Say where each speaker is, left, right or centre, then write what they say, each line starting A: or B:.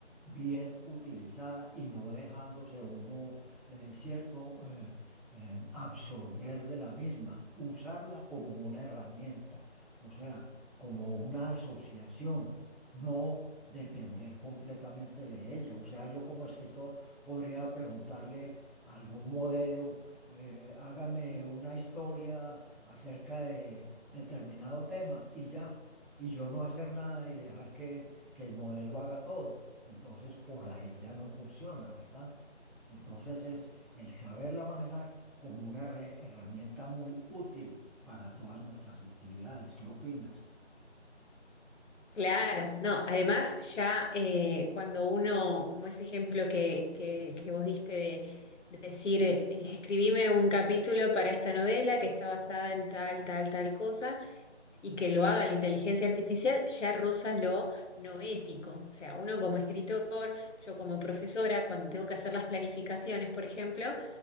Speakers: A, in the centre; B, on the left.
A: bien utilizada y no dejándose uno, eh, cierto, eh, eh, absorber de la misma, usarla como una herramienta o sea, como una asociación, no depender completamente de ella. O sea, yo como escritor podría preguntarle a algún modelo, eh, hágame una historia acerca de determinado tema y ya, y yo no hacer nada y dejar que, que el modelo haga todo. Entonces, por ahí ya no funciona, ¿verdad? Entonces es el saberla manejar como una re- herramienta muy útil para todas nuestras actividades. ¿Qué opinas?
B: Claro, no, además ya eh, cuando uno, como ese ejemplo que, que, que vos diste de, de decir, eh, escribime un capítulo para esta novela que está basada en tal, tal, tal cosa y que lo haga la inteligencia artificial ya roza lo no ético. O sea, uno como escritor, yo como profesora, cuando tengo que hacer las planificaciones, por ejemplo,